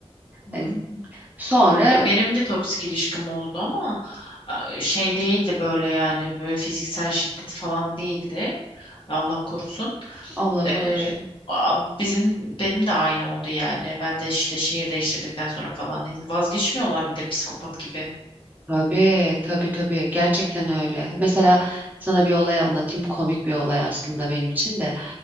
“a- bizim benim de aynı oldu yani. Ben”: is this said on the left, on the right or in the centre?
Left